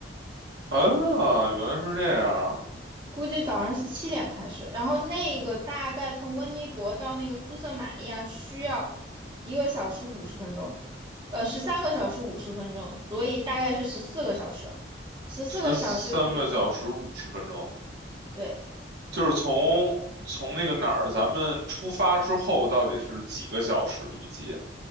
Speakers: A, on the right; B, on the right.
A: 啊，原来是这样。
B: 估计早上是七点开始，然后那个大概从温尼伯到那个苏圣玛利亚需要一个小时五十分钟，呃，十三个小时五十分钟，所以大概是十四个小时，十四个小时，
A: 十三个小时五十分钟，
B: 对，
A: 就是从从那个哪儿，咱们出发之后到底是几个小时？预计